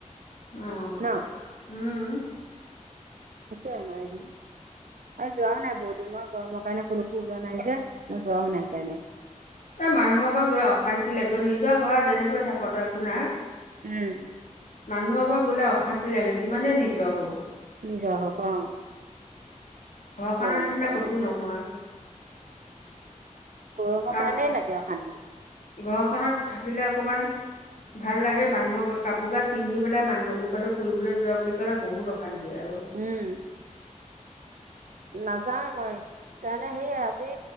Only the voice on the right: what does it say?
ন
থাকি আহিম আৰু এদিন আৰু যোৱাও নাই বহুত দিন মই গৰমৰ কাৰণে কলৈকো ওলোৱা নাই যে মই যোৱাও নাই সেইকাৰণে।
উম
নিজৰ হওক অ'।
গৰমৰ
কাৰণে
গৰমৰ কাৰণেই
লাগে অশান্তি।
উম। নাযাওৱে মই সেইকাৰণে সেই আজি